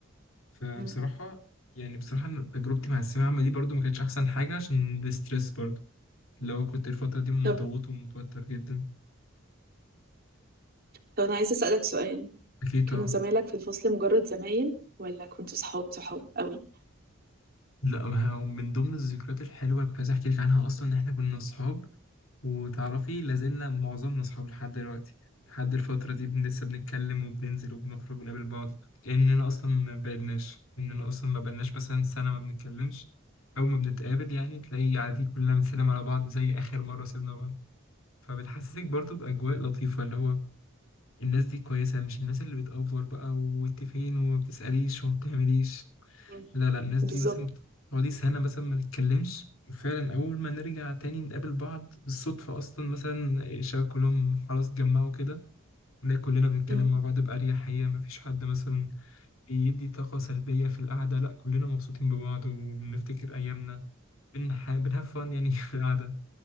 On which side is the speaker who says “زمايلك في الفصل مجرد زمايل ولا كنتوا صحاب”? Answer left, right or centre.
Right